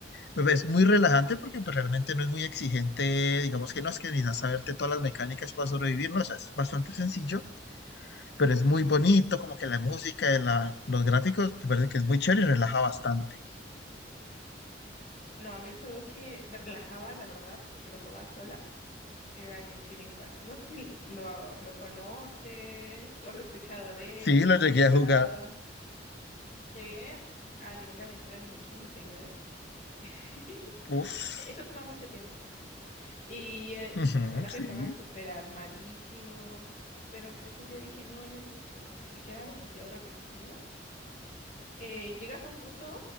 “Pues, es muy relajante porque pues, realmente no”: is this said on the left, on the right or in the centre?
Left